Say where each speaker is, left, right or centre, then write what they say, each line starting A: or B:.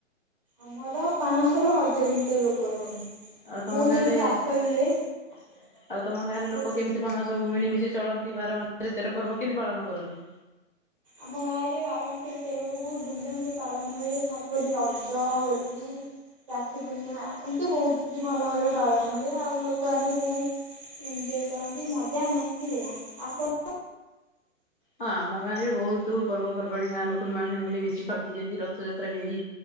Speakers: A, on the right (about 25°); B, on the left (about 40°).
A: ଆମର ପାଆଁଶ ରୁ ହଜାର ଭିତରେ ଲୋକ ରୁହନ୍ତି।
B: ଆଉ ତମ
A: ବହୁତ
B: ଗାଁରେ
A: ଏଠି ଚାଷ
B: ଆଉ
A: ବି ହୁଏ।
B: ତମ ଗାଁରେ
A: ବହୁ
B: ଲୋକ କେମିତି? କେମତି କଣ ସବୁ ମିଳିମିଶି ଚଳନ୍ତି ବାର ମାସରେ ତେର ପର୍ବ କେମତି ପାଳନ କରନ୍ତି?
A: ଆମ ଗାଁ ରେ ବାର ମାସରେ ତେର ପର୍ବ ବହୁତ ଧୁମଧାମ ରେ ପାଳନ ହୁଏ ଖାସ କରି ରଜ, ହୋଲି। ରାକ୍ଷୀ ପୂର୍ଣ୍ଣିମା ଏମିତି ବହୁତ କିଛି ଭଲ ଭାବରେ ପାଳନ ହୁଏ, ଆଉ ଲୋକମାନେ ବି ବହୁତ ଏଞ୍ଜୟ କରନ୍ତି ମଜା ମସ୍ତି ହୁଏ‌ ଆପଣ
B: ହଁ ଆମ ଗାଁରେ ବି ବହୁତ ପର୍ବପର୍ବାଣି ଗାଁ ଲୋକ ମାନେ ମିଳିମିଶି ପାରନ୍ତି ଯେମତି ରଥଯାତ୍ରା ବି ହେଇ